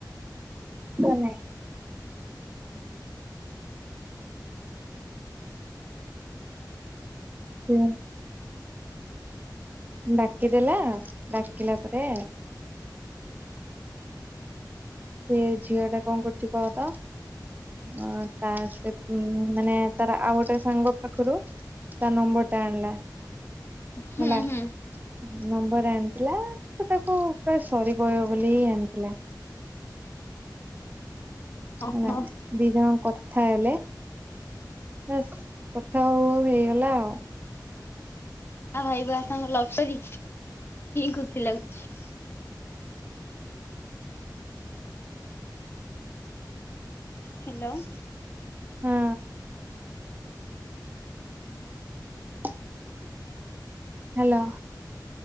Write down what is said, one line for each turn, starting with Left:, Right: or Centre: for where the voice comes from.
Right: ନାଇଁ ସେ ଡାକିଦେଲା ଡାକିଲା ପରେ ସେ ଝିଅ ଟା କଣ କରୁଛି କହ ତ ଅ ତା ସେ ମାନେ ତାର ଆଉ ଗୋଟେ ସାଙ୍ଗ ପାଖରୁ ତା ନମ୍ବରଟା ଆଣିଲା।
Left: ହୁଁ
Right: ହେଲା
Left: ହୁଁ।
Right: ନମ୍ବର ଆଣିଥିଲା। ସେ ତାକୁ ପା ସରି ପହିବ ବୋଲିିଁ ଆଣିଥିଲା।
Left: ଓହୋ
Right: ହେଲା ଦି ଜଣ କଥା ହେଲେ ବାସ କଥା ହଉ ହଉ ହେଇଗଲା ଆଉ।
Left: ଆ ଭାଇ ବା ତମ ଲପସରୀ ଖୁସି ଲାଗୁଛି। ହ୍ୟାଲୋ?
Right: ହଁ। <unintelligible> ହ୍ୟାଲୋ,